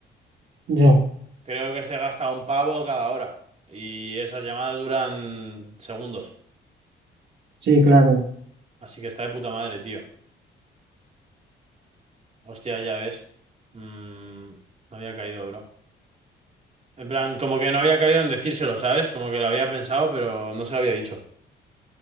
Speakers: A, on the right; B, on the right.
A: Ya,
B: Creo que se gasta un pavo cada hora. Y esas llamadas duran segundos.
A: sí, claro,
B: Así que está de puta madre, tío. Hostia, ya ves. Mm, no había caído, bro. En plan, como que no había caído en decírselo, ¿sabes? Como que lo había pensado, pero no se lo había dicho.